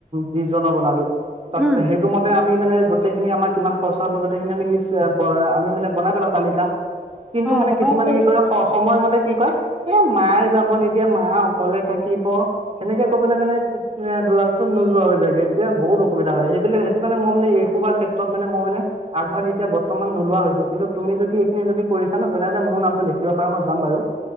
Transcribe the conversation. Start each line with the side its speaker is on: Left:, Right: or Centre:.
Right: বিশছজনৰ বনালো। তাত
Centre: উম
Right: সেইটো মতে আমি মানে গোটেইখিনি আমাৰ কিমান খচাকৈ গোটেইখিনি লিস্ত বনা আমি মনে বনাই পেলাও। তালিকা কিন্তু
Centre: অ
Right: মানে
Centre: বনাব
Right: কিছুমানে
Centre: পাৰি
Right: কি ক সময়মতে কি কয় এ মায়ে যাব নিদিয়ে মা অকলে থাকিব সনেকে কবলে মানে লাষ্টত নোযোৱা হৈজয়গে এতিয়া বহুত অসুবিধা হয় সেইবিলাক সেইটো কাৰণে মই মানে এইসোবা ক্ষেত্ৰত মানে মই মানে আগভাগ এতিয়া বৰ্তমান নোলোৱা হৈছো কিন্তু তুমি যদি এইখিনি যদি কৰিছা ন তেনেহ'লে মোৰ নামটো লিখ দিব পাৰা মই যাম বাৰু।